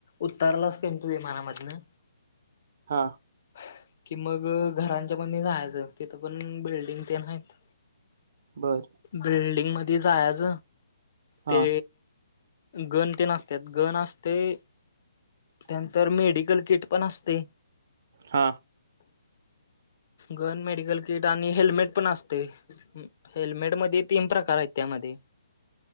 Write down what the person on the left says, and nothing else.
उतारलास कनी तू विमानामधन
ह कि मग घरांच्या मध्ये जायचं तिथं पण बिल्डिंग तेन आहेत
बिल्डिंग मध्ये जायच,
ते गण तेश आसत्यात, गण असतय, त्यानंतर मेडिकल किट पण असतय
गन, मेडिकल किट आणि हेल्मेट पण असते. हेल्मेट मध्ये तीन प्रकार आहेत त्यामध्ये.